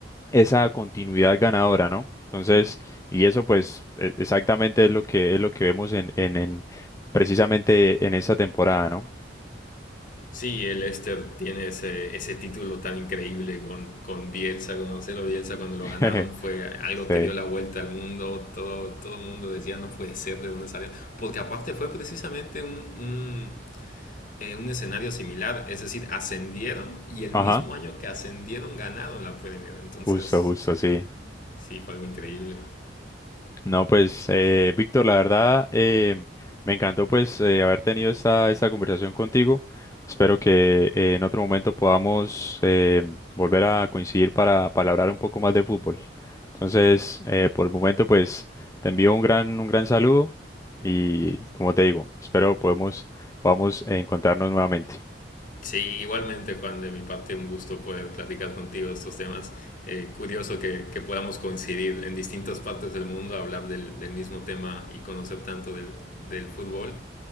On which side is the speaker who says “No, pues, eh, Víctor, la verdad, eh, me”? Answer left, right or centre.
Left